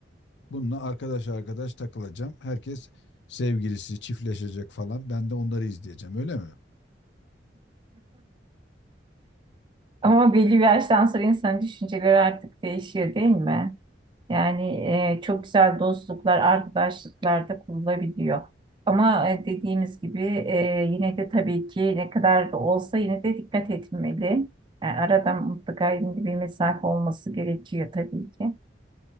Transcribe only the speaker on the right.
Ama belli bir yaştan sonra insanın düşünceleri artık değişiyor değil mi? Yani e, çok güzel dostluklar, arkadaşlıklar da kurulabiliyor. Ama e, dediğimiz gibi e, yine de tabii ki ne kadar da olsa yine de dikkat etmeli. Yani arada mutlaka yine de bir mesafe olması gerekiyor tabii ki.